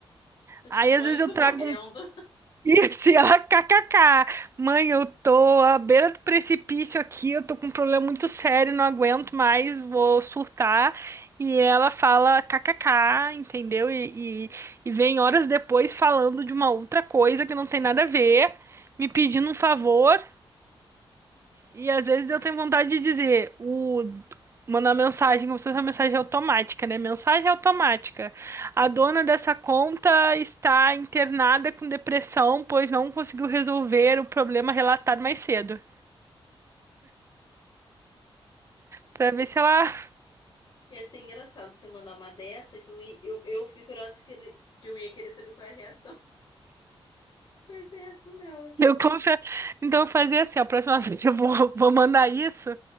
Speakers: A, on the left; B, on the right.
A: Eu,
B: Aí
A: tipo, mãe,
B: às vezes eu
A: tô
B: trago
A: morrendo.
B: E <laughs> assim, ela, kkk, mãe, eu tô à beira do precipício aqui, eu tô com um problema muito sério, não aguento mais, vou surtar. E ela fala kkk, entendeu? E, e, e vem horas depois falando de uma outra coisa que não tem nada a ver, me pedindo um favor. E às vezes eu tenho vontade de dizer, o mandar mensagem, como se fosse uma mensagem automática, né? Mensagem automática. A dona dessa conta está internada com depressão, pois não conseguiu resolver o problema relatado mais cedo. Pra ver se ela. <laughs>
A: E assim, engraçado você mandar uma dessa que eu, i- eu, eu fiquei curiosa que, eu que eu ia querer saber qual é a reação. Qual é a reação dela, tipo.
B: Eu confio. Então, eu vou fazer assim: a próxima <laughs> vez eu vou, vou mandar isso.